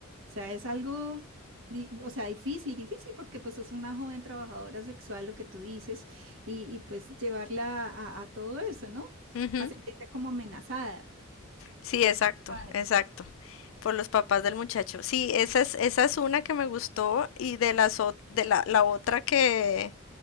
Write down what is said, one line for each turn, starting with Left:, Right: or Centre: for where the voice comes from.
Right: sea, es algo, di- o sea, difícil, difícil porque pues es una joven trabajadora sexual, lo que tú dices, y, y pues llevarla a, a todo eso, ¿no?
Left: Ujú.
Right: A sentirse como amenazada
Left: Sí,
Right: por
Left: exacto,
Right: sus padres.
Left: exacto. Por los papás del muchacho. Sí, esa es, esa es una que me gustó y de las ot- de la, la otra que,